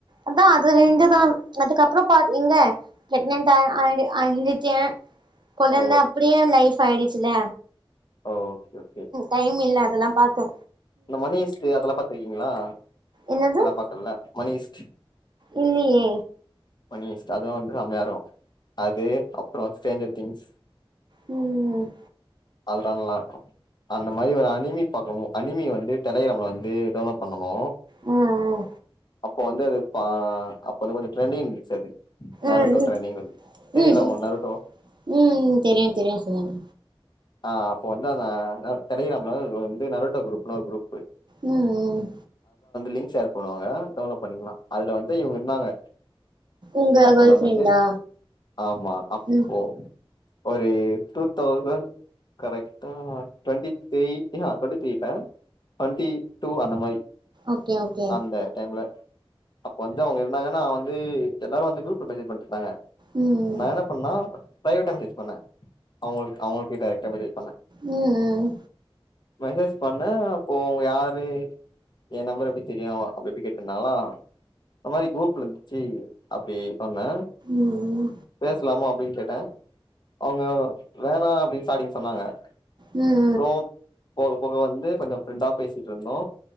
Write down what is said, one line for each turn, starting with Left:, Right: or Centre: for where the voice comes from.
Right: அதா அது ரெண்டுதா அதுக்கப்ரோ பாக் இங்க பிரெக்னென்ட் ஆ ஆயிடு ஆயிடுட்டே கொழந்த
Left: ஓ
Right: அப்பிடியே லைஃப் பாயிடிச்சில்ல
Left: ஓகே ஓகே
Right: டைம் இல்ல அதல்லா பாத்து
Left: இந்த மணிஷ்ட்டு அதெல்லா பாத்திருக்கீங்ளா
Right: என்னது
Left: அதெல்லா பாக்கலல்ல மணிஷ்
Right: இல்லியே
Left: மணிஷ்ட்டு அது வந்து அம்யரோ அது அப்புறோ ஸ்ட்ரேஞ்சர் திங்ஸ்
Right: ம்
Left: அதல்லா நல்லா இருக்கு அந்த மாரி ஒரு அனிமி பக்கமு அனிமி வந்து டேலைக்கிராம்லா வந்து டவுன்லோட் பண்ணனு
Right: உம் உஹ
Left: இப்ப வந்து அது பா அப்ப வந்து கொஞ்ச ட்ரெண்டங்ச்ச அது நருட்டோ
Right: உம்
Left: ட்ரெண்டிங் வந்து தெரியுல
Right: உம் உம்
Left: உங்களுக்கு நருட்டோ
Right: உ உம் தெரியு தெரியு சொல்லுங்க
Left: ஆ அப்ப வந்து அந்த டெல்லிக்கரம்லா வந்து நரோட்டா குரூப் இன்னொரு குரூப்
Right: உம் உம்
Left: லிங்க் ஷேர் பண்ணுவாங்க டவுன்லோட் பண்ணிக்கலா அதுல வந்து இவுங்க இருந்தாங்க
Right: உங்க
Left: அப்போ
Right: கேர்ள்
Left: நம்ம
Right: ஃப்ரெண்டா
Left: ஆமா அப்போ
Right: ம்
Left: ஒரு டூ தௌசண்ட் கரெக்டா ட்வெண்ட்டி த்ரீ ஆ ட்வெண்டி த்ரீ இல்ல ட்வெண்டி டூ அந்த மாதிரி
Right: ஓகே ஓகே
Left: அந்த டைம்ல அப்ப வந்து அவுங்க இருந்தாங்கன்னா வந்து எல்லாரு வந்து குரூப்ல மெசேஜ் பண்ணிட்டு இருந்தாங்க
Right: ம் ம்
Left: நான் என்ன பண்ணா பிரைவேட்ட டீச் பண்ணை அவுங்களுக்கு அவுங்களுக்கு டைரக்டர் மெசேஜ் பண்ணே
Right: உம் உம்
Left: மெசேஜ் பண்ணே அப்போ அவுங்க யாரு என் நம்பர் எப்டி தெரியு அப்டி எப்டி கேட்டிருந்தாலா இந்த மாதிரி குரூப்ல இருந்துச்சு அப்டி சொன்னே
Right: ம்
Left: பேசலாமா அப்டி கேட்டே அவுங்க வேணா அப்டி சாட்டி சொன்னாங்க
Right: ம் ம்
Left: அப்பறோ போக போக வந்து கொஞ்ச ப்ரெண்டா பேசிட்டு இருந்தோ